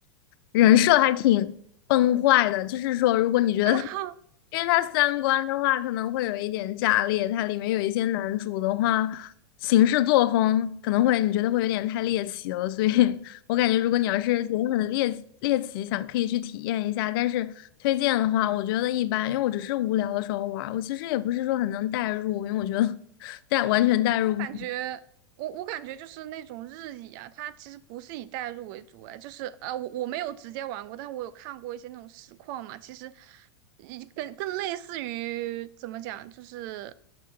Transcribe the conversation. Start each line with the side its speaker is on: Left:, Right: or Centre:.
Left: 人设还挺崩坏的。就是说，如果你觉得
Right: 啊，<laughs>
Left: <laughs> 因为它三观的话可能会有一点炸裂，它里面有一些男主的话行事作风可能会你觉得会有点太猎奇了，所以 <laughs> 我感觉如果你要是觉得很猎猎奇，想可以去体验一下，但是推荐的话，我觉得一般，因为我只是无聊的时候玩儿我其实也不是说很能代入，因为我觉得 <laughs> 代完全代入不
Right: 我感觉，我我感觉就是那种日乙啊，它其实不是以代入为主，哎，就是呃，我我没有直接玩过，但我有看过一些那种实况嘛，其实一更更类似于怎么讲，就是